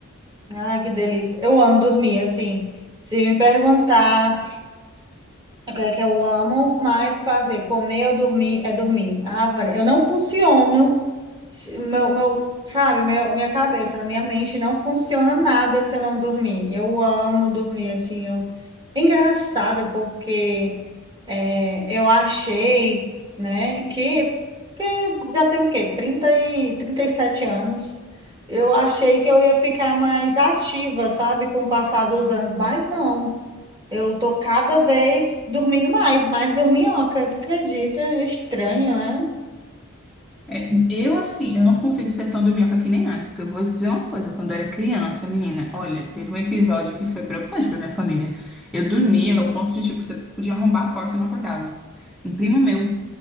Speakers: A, on the right; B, in the centre.
A: Ah, que delícia. Eu amo dormir, assim. Se me perguntar o que é que eu amo mais fazer, comer ou dormir, é dormir. Ah, Maria, eu não funciono, se- meu, meu, sabe, meu, minha cabeça, na minha mente, não funciona nada se eu não dormir. Eu amo dormir, assim. Eu... É engraçado, porque. É, eu achei, né, que, que já tem o quê? trinta e trinta e sete anos. Eu achei que eu ia ficar mais ativa, sabe, com o passar dos anos, mas não. Eu tô cada vez dormindo mais, mais dorminhoca, tu acredita? É Estranho, né?
B: É, eu, assim, eu não consigo ser tão dorminhoca que nem antes, porque eu vou dizer uma coisa. Quando eu era criança, menina, olha, teve um episódio que foi preocupante pra minha família. Eu dormia ao ponto de, tipo, você podia arrombar a porta e não acordava. Um primo meu